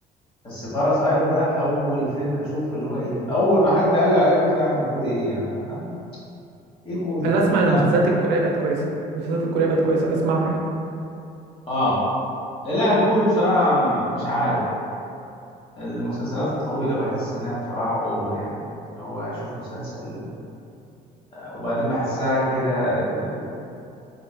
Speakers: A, on the left (about 35°); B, on the right (about 90°).
A: بس باراسايت ده اول فيلم اشوفه اللي هو ايه ده اول ما حد قال لي عليه قلت له يا عم كوري ايه يا عم أحمد؟ ايه كوري ده
B: انا اسمع
A: لا
B: ان المسلسلات الكوريه بقت كويسه المسلسلات الكوريه بقت كويسه اسمعها يعني.
A: اه لا الكوري بصراحه م- مش عارف المسلسلات الطويله بحس انها بصراحه اوفر يعني اللي هو اشوف مسلسل وبعدين بحسها كده ال-